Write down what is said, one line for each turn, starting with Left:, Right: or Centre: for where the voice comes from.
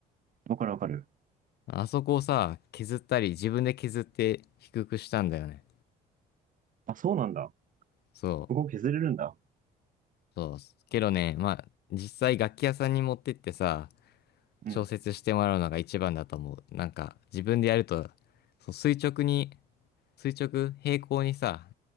Right: わかるわかる。
Left: あそこをさ、削ったり、自分で削って低くしたんだよね。
Right: あ、そうなんだ。
Left: そ
Right: ここ削れるんだ。
Left: う、そう。けどね、まあ、実際楽器屋さんに持ってってさ、
Right: うん。
Left: 調節してもらうのが一番だと思う。なんか、自分でやると、そう、垂直に、垂直、平行にさ、